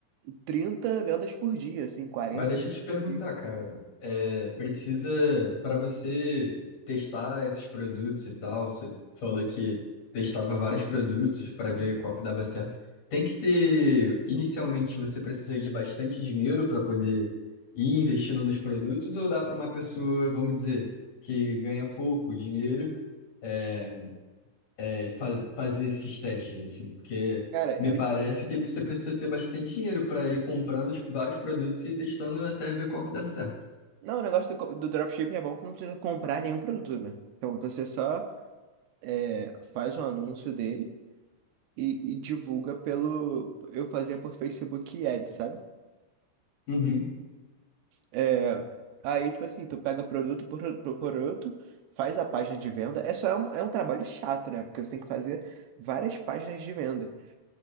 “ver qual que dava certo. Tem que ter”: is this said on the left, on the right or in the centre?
Left